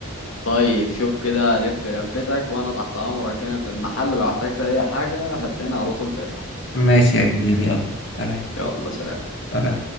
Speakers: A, on the left (about 70°); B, on the left (about 55°).
A: طيب شوف كده لف لفتك وانا تحت امرك هنا في المحل لو احتجت اي حاجة هتلاقيني على طول فاتح
B: ماشي يا كبير يلا سلام
A: يلا سلام
B: سلام